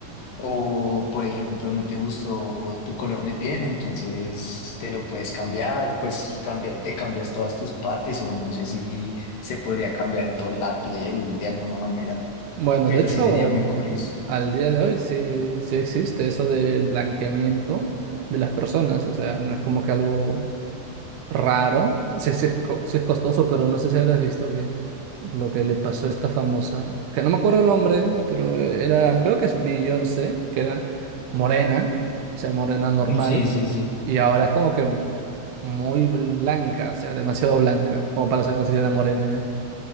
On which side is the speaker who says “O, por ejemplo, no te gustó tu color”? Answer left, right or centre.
Left